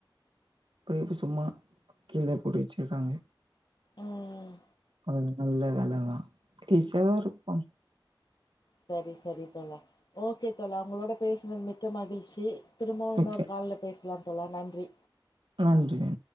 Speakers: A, on the right; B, on the left.
A: அப்புறோ எதுக்கு சும்மா கீழ போட்டு வச்சிருக்காங்க
B: ம்
A: அது நல்ல வேலதான் ஈசியாதா இருக்கு
B: சரி சரி தோழா ஓகே தோழா உங்களோட பேசினது மிக்க மகிழ்ச்சி திரும்பவும் இன்னொரு
A: ஓகே
B: கால்ல பேசலாம் தோழா நன்றி
A: நன்றி